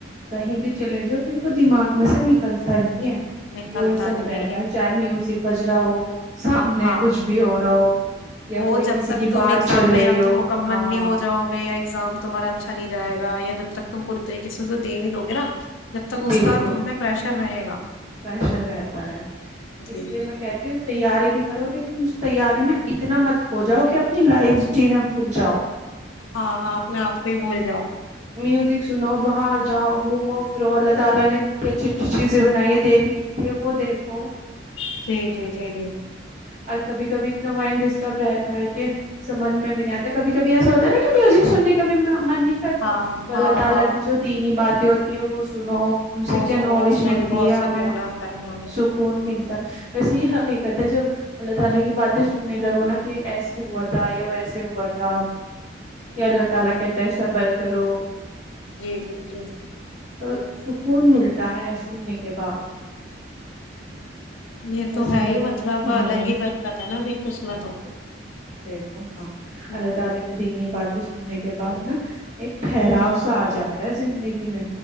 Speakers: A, on the right; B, on the left.
A: کہیں بھی چلے جاؤ پھر وہ دماغ میں سے نکل کلتا نہیں ہے
B: نکلتا
A: وہی سب
B: نہیں
A: رہتا
B: یہ
A: ہے چاہے میوزک بج رہا ہو سامنے
B: ہاں
A: کچھ بھی ہو رہا ہو یا
B: وہ
A: کوئی
B: جب
A: کسی
B: تک
A: کی
B: تم
A: بات
B: ایگزام
A: چل
B: میں
A: رہی
B: یا
A: ہو
B: تو مکمل
A: ہاں
B: نہیں ہو جاؤ گے یا ایگزام تمہارا اچھا نہیں جائے گا یا جب تک تم پور طریقے سے اسے دے ہی دو گے نا جب تک اس
A: بالکل
B: کا تم پہ پریشر رہے گا
A: پریشر رہتا ہے اس
B: جی
A: لیے میں کہتی ہوں تیاری بھی کرو لیکن اس تیاری میں اتنا مت کھو جاؤ کہ اپنی لائف جینا بھول جاؤ
B: ہاں ہاں اپنے آپ کو ہی بھول جاؤ
A: میوزک سنو بہار جاؤ گھومو فرو اللہ تعالی نے دیکھنے کے لیے وہ دیکھو
B: جی جی جی جی
A: اور کبھی کبھی اتنا مائنڈ ڈسٹرب رہتا ہے کہ سمجھ میں بھی نہیں آتا کبھی کبھی ایسا ہوتا ہے نا کہ میوزک سننے کا بھی من نہیں
B: ہاں
A: تو اللہ
B: ہاں
A: تعالی
B: ہاں
A: کی جو دینی بات ہے وہ تی ہے وہ <inaudible> سن ان سے
B: وہ
A: کیا
B: سنو
A: نالج
B: اس میں
A: ملتی
B: بھی بہت
A: ہے
B: سکون
A: ہمیں
B: آتا ہے ہمیں
A: سکون ملتا ویسے یہ حقیقت جب اللہ تعالی کی باتیں سننے لگو نا کہ ایسے ہوا تھا یا ویسے ہوا تھا یا اللہ تعالی کہتا ہے کرو
B: جی جی جی
A: تو سکون ملتا ہے سننے کے بعد
B: یہ
A: بس
B: تو ہے
A: اللہ
B: ہی
A: تعالی
B: مطلب
A: ہاں
B: الگ ہی برکت ہے نا دیکھو اس میں تو
A: ہا ں اللہ
B: ہ
A: تعالی کو دینی باتیں سننے کے بعد نا ایک ٹھہراؤ سا آ جاتا ہے زندگی میں